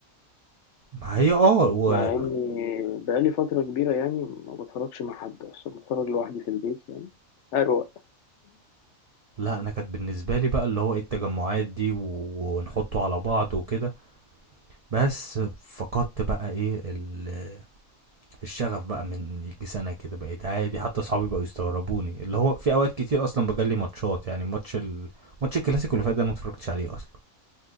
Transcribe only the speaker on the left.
مع اني بقالي فترة كبيرة يعني ما بتفرجش مع حد اصلا بتفرج لوحدي في البيت يعني اروق